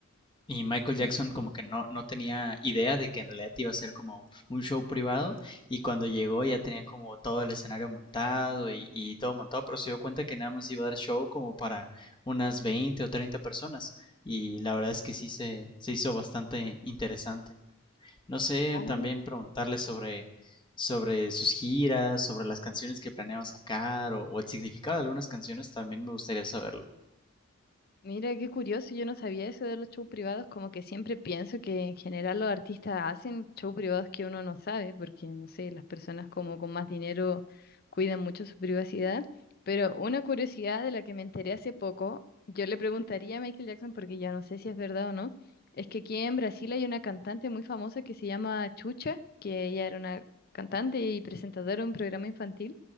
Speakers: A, on the left; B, on the left.
A: Y Michael Jackson
B: Mm.
A: como que no, no tenía idea de que en realidad iba a ser como un show privado y cuando llegó ya tenían como todo el escenario montado y, y todo montado, pero se dio cuenta que nada más iba a dar show como para unas 20 o 30 personas y la verdad es que sí se, se hizo bastante interesante. No sé,
B: Ah.
A: también preguntarle sobre, sobre sus giras, sobre las canciones que planeaba sacar o, o el significado de algunas canciones también me gustaría saberlo.
B: Mira, qué curioso, yo no sabía eso de los shows privados, como que siempre pienso que en general los artistas hacen shows privados que uno no sabe, porque no sé, las personas como con más dinero cuidan mucho su privacidad, pero una curiosidad de la que me enteré hace poco, yo le preguntaría a Michael Jackson, porque ya no sé si es verdad o no, es que aquí en Brasil hay una cantante muy famosa que se llama Chucha, que ella era una cantante y presentadora de un programa infantil,